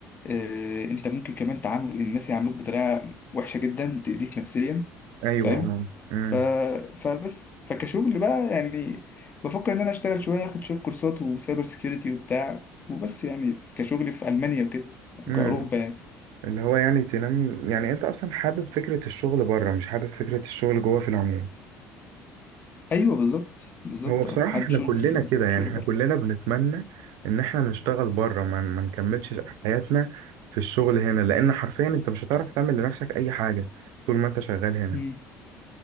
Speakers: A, on the left; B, on the right.
A: آه، انت ممكن كمان تعامل الناس يعاملوك بطريقه وحشه جدا تاذيك نفسيا
B: ايوه
A: فاهم
B: اه امم
A: ف... فبس فكشغل بقى يعني بفكر ان انا اشتغل شويه اخد شويه كورسات وسايبر سيكيورتي وبتاع وبس يعني في- كشغل في المانيا وكده أو
B: امم
A: كاوروبا يعني
B: اللي هو يعني تنام يعني انت اصلا حابب فكرة الشغل بره مش حابب فكرة الشغل جوه في العموم
A: ايوه بالظبط بالظبط
B: هو بصراحة
A: اه حابب
B: احنا
A: شغلي
B: كلنا كده يعني
A: شغل
B: احنا كلنا بنتمنى ان احنا نشتغل بره ما ما نكملش حياتنا في الشغل هنا لان حرفيا انت مش هتعرف تعمل لنفسك اي حاجة طول ما انت شغال هنا
A: بره